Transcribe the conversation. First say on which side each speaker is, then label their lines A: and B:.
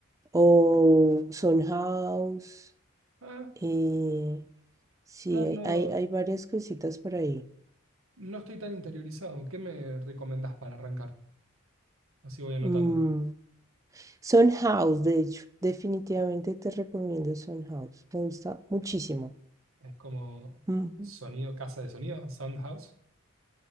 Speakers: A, on the right; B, on the right.
A: o Son House,
B: Ah,
A: eh, sí,
B: no, no.
A: hay, hay, hay varias cositas por ahí.
B: No estoy tan interiorizado. ¿Qué me recomendás para arrancar? Así voy anotando.
A: Mm, Son House, de hecho, definitivamente te recomiendo Son House. Me gusta muchísimo.
B: Es como
A: Ujú.
B: sonido, casa de sonido, sound house.